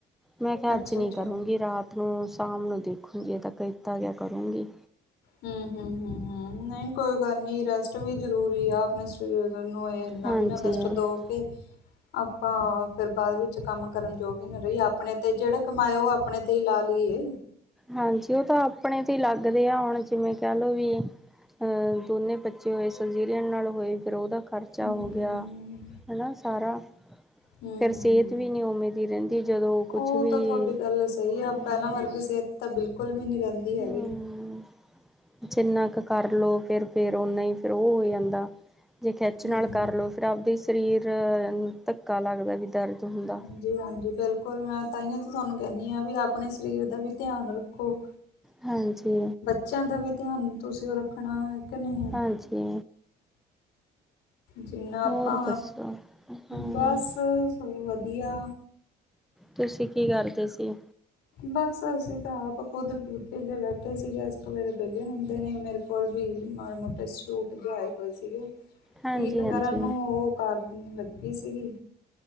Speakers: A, in the centre; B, on the left.
A: ਮੈਂ ਕਿਹਾ
B: ਅੱਛਾ
A: ਅੱਜ
B: ਅੱਛਾ
A: ਵੀ ਰਾਤ ਨੂੰ ਸ਼ਾਮ ਨੂੰ ਦੇਖੂਗੀ, ਜੇ ਤਾਂ ਕੀਤਾ ਗਿਆ ਕਰੂੰਗੀ।
B: ਹੂੰ ਹੂ ਹੂ ਹੂੰ ਨਹੀਂ ਕੋਈ ਗੱਲ ਨੀ ਰੈਸਟ ਵੀ ਜ਼ਰੂਰੀ ਆ ਆਪਣੇ ਸਰੀਰ ਨੂੰ ਇਹ ਨੀ ਇਨ੍ਹਾਂ
A: ਹਾਂਜੀ-ਹਾਂਜੀ।
B: ਵੀ ਨਾ ਕਸ਼ਟ ਦੋ ਕੇ ਆਪਾਂ ਫੇਰ ਬਾਅਦ ਵਿੱਚ ਕੰਮ ਕਰਨ ਜੋਗ ਹੀ ਨਾ ਰਹੀ ਏ‌ ਆ ਆਪਣੇ ਤੇ ਜਿਹੜਾ ਕਮਾਇਆ ਉਹ ਆਪਣੇ ਤੇ ਈ ਲਾ ਲਈ ਏ।
A: ਹਾਂਜੀ, ਇਹ ਤਾਂ ਆਪਣੇ ਤੇ ਹੀ ਲੱਗਦੇ ਆ ਹੁਣ ਜਿਵੇਂ ਕਹਿ ਲਓ ਵੀ ਅਹ ਦੋਨੇ ਬੱਚੇ ਹੋਏ ਸਜੀਰਿਅਨ ਨਾਲ ਹੋਏ ਫਿਰ ਉਹਦਾ ਖ਼ਰਚਾ
B: ਹੂੰ
A: ਹੋ ਗਿਆ ਹੈਨਾ ਸਾਰਾ।
B: ਹੂੰ
A: ਫਿਰ
B: ਹੂੰ
A: ਸਿਹਤ
B: ਹੂੰ
A: ਵੀ ਨੀ ਉਵੇਂ ਦੀ ਰਹਿੰਦੀ ਜਦੋਂ ਕੁਛ
B: ਉਹ
A: ਵੀ
B: ਤਾਂ ਤੁਹਾਡੀ ਗੱਲ ਸਹੀ
A: ਹਮ
B: ਆ ਪਹਿਲਾਂ ਵਰਗੀ ਸਿਹਤ ਤਾਂ ਬਿਲਕੁਲ ਵੀ ਨੀ ਰਹਿੰਦੀ ਹੈਗੀ।
A: ਹਮ ਜਿੰਨਾ ਕ ਕਰ ਲਉ ਫੇਰ ਫੇਰ ਉਨਾ ਈ ਫੇਰ ਉਹ ਹੋ ਜਾਂਦਾ। ਜੇ ਖਿੱਚ
B: ਹੂੰ-ਹੂੰ।
A: ਨਾਲ ਕਰ ਲਉ ਫਿਰ ਆਪਦੇ ਸਰੀਰ ਆ ਧੱਕਾ ਲੱਗਦਾ ਵੀ ਦਰਦ ਹੁੰਦਾ‌।
B: ਜੀ ਹਾਂਜੀ। ਬਿਲਕੁਲ ਮੈਂ ਤਾਂਹੀਓ ਤਾਂ ਤੁਹਾਨੂੰ ਕਹਿਨੀ ਆ, ਵੀ ਆਪਣੇ ਸਰੀਰ ਦਾ ਵੀ ਧਿਆਨ ਰੱਖੋ।
A: ਹਾਂਜੀ।
B: ਬੱਚਿਆ ਦਾ ਵੀ ਧਿਆਨ ਤੁਸੀਂ ਉਹ ਰੱਖਣਾ ਹੈ ਕਿ ਨਹੀਂ।
A: ਹਾਂਜੀ।
B: ਜਿੰਨਾ ਆਪਾ
A: ਹੋਰ ਦੱਸੋ? ਹਮ
B: ਬਸ ਸ ਵਧੀਆ।
A: ਤੁਸੀਂ ਕੀ ਕਰਦੇ ਸੀ।
B: ਬਸ ਅਸੀਂ ਤਾਂ ਆਪ ਖੁਦ ਵਿਹਲੇ ਬੈਠੇ ਸੀਗੇ ਐਸ ਕੇ ਵੇਲੇ ਵਿਹਲੇ ਹੁੰਦੇ ਨੇ ਮੇ ਕੋਲ ਵੀ ਮਾੜੇ ਮੋਟੇ ਸੂਟ ਆਏ ਹੋਏ ਸੀਗੇ, ਠੀਕ
A: ਹਾਂਜੀ-ਹਾਂਜੀ।
B: ਕਰਨ ਨੂੰ ਉਹ ਕਰਨ ਲੱਗੀ ਸੀਗੀ।